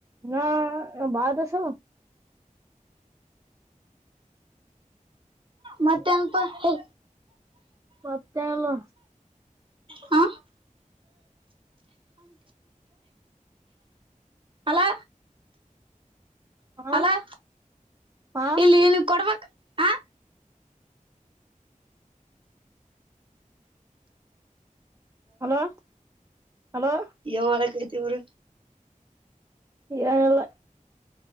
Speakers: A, on the right (about 25°); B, on the right (about 40°).
A: ನಾ ಅ ಬಾದುಸ
B: ಮತ್ತೆಂಗಪ ಹೇ
A: ಮತ್ತೇಳು
B: ಹಾ ಅಲೋ
A: ಹಾ
B: ಹಲೋ
A: ಹಾ
B: ಇಲ್ಲಿ ನೀವ್ ಕೊಡಬೇಕ್ ಆ
A: ಹಲೋ ಹಲೋ
B: ಯೋ ತಿವ್ರಿ
A: ಏನಿಲ್ಲ